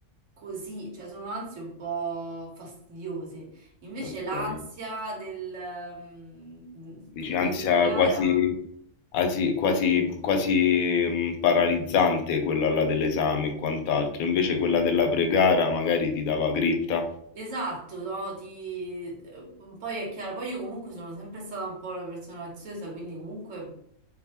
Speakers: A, on the right; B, on the left.
A: così, cioè sono ansie un po' fastidiose. Invece
B: Ok.
A: l'ansia del mh, prima
B: Dici ansia
A: di una gara
B: quasi, asi- quasi, quasi, mm, paralizzante quella là dell'esame e quant'altro, invece quella della pregara magari ti dava grinta?
A: Esatto, no, ti... eh, Poi è chiaro, poi io comunque sono sempre stata un po' una persona ansiosa, quindi comunque